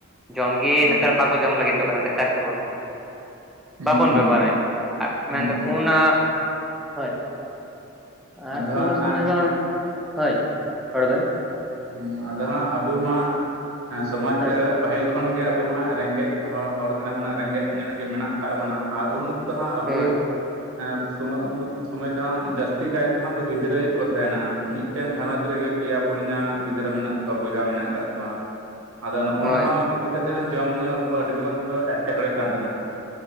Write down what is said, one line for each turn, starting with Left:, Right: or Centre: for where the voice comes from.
Centre: ᱡᱚᱢᱜᱮ
Right: ᱦᱩᱸ
Centre: ᱱᱮᱛᱟᱨ ᱵᱟᱠᱚ ᱡᱚᱢ ᱞᱟᱹᱜᱤᱫᱚᱜ ᱠᱟᱱᱟ ᱱᱮᱛᱟᱨ ᱠᱚ ᱦᱚᱲᱢᱚ
Right: ᱦᱩᱸ ᱦᱩᱸ
Centre: ᱵᱟᱵᱚᱱ
Right: ᱦᱩᱸ ᱦᱩᱸ
Centre: ᱵᱮᱵᱚᱦᱟᱨᱟ ᱤᱱᱟᱹᱜ ᱟᱨ
Right: ᱦᱩᱸ
Centre: ᱢᱮᱱᱫᱟᱠᱚ
Right: ᱦᱩᱸ ᱦᱩᱸ
Centre: ᱚᱱᱟ ᱦᱳᱭ ᱟᱨ
Right: ᱟᱫᱚ
Centre: ᱩᱱ
Right: ᱦᱟᱸᱜ
Centre: ᱥᱚᱢᱚᱭ ᱵᱟᱝ ᱦᱳᱭ ᱦᱚᱲ ᱵᱮᱱ
Right: ᱦᱮᱸ ᱟᱫᱚ ᱦᱟᱸᱜ ᱟᱵᱚ ᱢᱟ ᱥᱚᱢᱟᱡ
Centre: ᱦᱳᱭ
Right: ᱨᱮ ᱯᱟᱹᱦᱤᱞ ᱠᱷᱚᱱ ᱜᱮ ᱟᱵᱩ ᱢᱟ ᱦᱟᱜ ᱨᱮᱸᱜᱮᱡ ᱦᱚᱲ ᱦᱚᱲ ᱠᱟᱱᱟ ᱵᱚᱱᱟ ᱨᱮᱸᱜᱮᱡ ᱧᱚᱜ ᱨᱮᱜᱮ ᱢᱮᱱᱟᱜ ᱟᱠᱟᱫ ᱵᱚᱱᱟ ᱟᱨ ᱩᱱ ᱛᱚ ᱦᱟᱸᱜ ᱟᱵᱚ
Centre: ᱦᱳᱭ
Right: ᱟ ᱥᱚᱢᱚᱭᱩᱱ ᱥᱚᱢᱚᱭ ᱫᱚ ᱦᱟᱸᱜ ᱡᱟᱹᱥᱛᱤ ᱠᱟᱭ ᱛᱮᱦ ᱦᱟᱸᱜ ᱜᱤᱫᱽᱨᱟᱹᱭᱚᱠ ᱠᱚ ᱛᱟᱦᱮᱱᱟ ᱦᱟᱸᱜ ᱢᱤᱫᱴᱮᱱ ᱜᱟᱹᱨᱚᱸᱡᱽ ᱨᱮᱜᱮ ᱯᱮᱭᱟ ᱯᱩᱱᱭᱟ ᱜᱤᱫᱽᱨᱟᱹ ᱢᱮᱱᱟᱜ ᱠᱚᱣᱟ ᱵᱚᱭᱦᱟ ᱢᱮᱱᱟᱜ ᱟᱠᱟᱫ ᱠᱚᱣᱟ ᱟᱫᱚ ᱱᱚᱜᱼᱚ
Centre: ᱦᱳᱭ
Right: ᱱᱟᱦᱟᱣ ᱤᱫᱤ ᱠᱟᱛᱮᱫ ᱦᱚᱸ ᱡᱚᱢ ᱧᱩ ᱟᱵᱚ ᱟᱹᱰᱤᱜᱮᱵᱚᱱ ᱮᱴᱠᱮᱴᱬᱮᱜ ᱠᱟᱱ ᱛᱟᱦᱮᱱᱟ